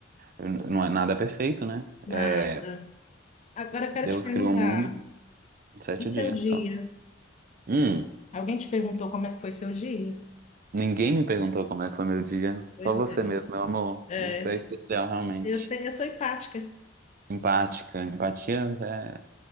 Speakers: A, on the right; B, on the left.
A: n- não é nada é perfeito, né?
B: Nada.
A: É,
B: Agora eu quero
A: Deus
B: te perguntar,
A: criou o mundo em sete
B: e seu
A: dias
B: dia?
A: só. Hum,
B: Alguém te perguntou como é que foi seu dia?
A: ninguém me perguntou como é que foi meu dia. Só
B: Pois
A: você
B: é.
A: mesmo, meu amor. Você
B: É,
A: é especial, realmente.
B: eu, te- eu sou empática.
A: Empática. Empatia é